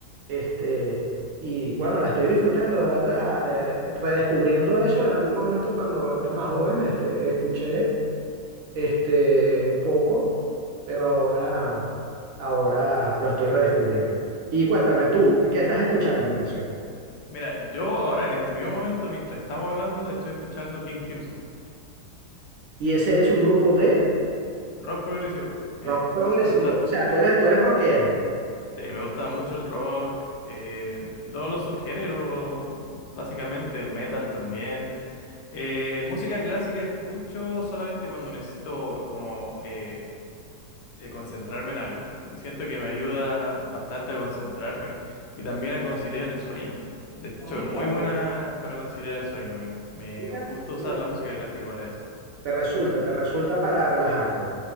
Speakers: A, on the right (about 70°); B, on the left (about 80°).
A: este, y bueno, la estoy disfrutando, la verdad, eh, redescubriendo eso en algún momento cuando era más joven, este, escuché este, un poco, pero ahora, ahora lo estoy redescubriendo. Y cuéntame tú, ¿qué estás escuchando, Ignacio?
B: Mira, yo ahora en este mismo momento, mientras estamos hablando, estoy escuchando King Crimson,
A: Y ese es un grupo de
B: rock progresivo. Eh,
A: rock progresivo,
B: eh, me gusta,
A: o sea, tú eres, tú eres rockero.
B: sí, me gusta mucho el rock eh, y todos los subgéneros, básicamente el metal también. Eh, música clásica escucho solamente cuando necesito como eh, eh, concentrarme en algo. Me siento que me ayuda bastante a concentrarme y también a conciliar el sueño. De hecho,
A: Ah, mira,
B: es muy buena para conciliar el sueño. Me, en- me
A: mira,
B: gusta usar
A: mira.
B: la música clásica para eso.
A: Te resulta, te resulta para relajarte.
B: Sí.